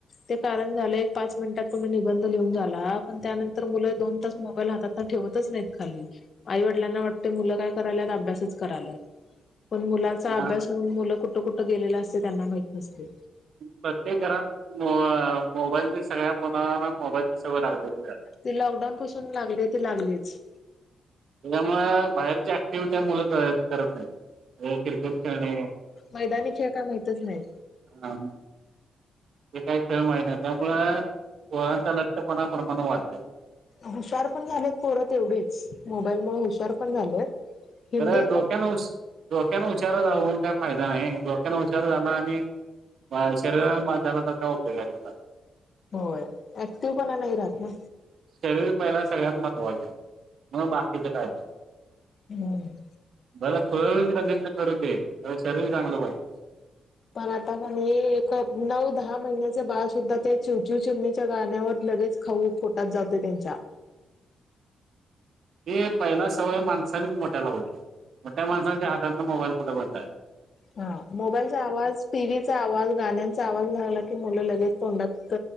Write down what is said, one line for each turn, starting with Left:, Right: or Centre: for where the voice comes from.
Left: ते कारण झालंय एक पाच मिनिटात तुम्ही निबंध लिहून झाला पण त्यानंतर मुलं दोन तास मोबाईल हातात ठेवतच नायत खाली आई वडिलांना वाटतय मुलं काय करायल्यात अभ्यासच करायल्यात. पण मुलाचा
Right: सगळं
Left: अभ्यास
Right: आणि
Left: होऊन मुलं कुठं कुठं गेलेल असते त्यांना माहीत नसते.
Right: प्रत्येक घरात मो- मोबाईलची सगळ्या मुलांना मोबाईलची सवय लागलेलीच हाय.
Left: ते लॉकडाऊन पासून लागले ते लागलेच.
Right: त्याच्यामुळ बाहेरची ऍक्टिव्हटी मुलं करत नायत. हे क्रिकेट खेळणे
Left: मैदानी खेळ काय माहितच नाही
Right: अं हे काही खेळ माहित नायत त्यामुळ पोरांचा लठ्ठपणा प्रमाण वाढलय.
Left: हुशार पण झालेत पोरं तेवढीच मोबाईल मुळं हुशार पण झालेत. हिंदी
Right: खर
Left: आता
Right: डोक्यां हुश डोक्यानं हुशार राहून काय फायदा नाय. डोक्यान हुशार झाला आणि शरीराने बाद झाला तर काय उपयोग आय त्याचा.
Left: होय ऍक्टिवपणा नाही राहत ना.
Right: शरीर पहिला सगळ्यात महत्वाच म बाकीच कायपण.
Left: हम्म.
Right: बरं खुळ हून गल्लीतन फिरूद खरं शरीर चांगलं पाहिजे.
Left: पण आता क नी एक नऊ दहा महिन्याच बाळ सुद्धा ते चिवचूव चिमणीच्या गाण्यावर लगेच खाऊ पोटात जातोय त्यांच्या.
Right: ते पहिला सवय माणसांनी मोठ्या लावली. मोठ्या माणसाच्या हातात मोबाईल कुठ बंद आय.
Left: हा मोबाईलचा आवाज टीव्हीचा आवाज गाण्यांचा आवाज लागला की मुलं लगेच तोंडात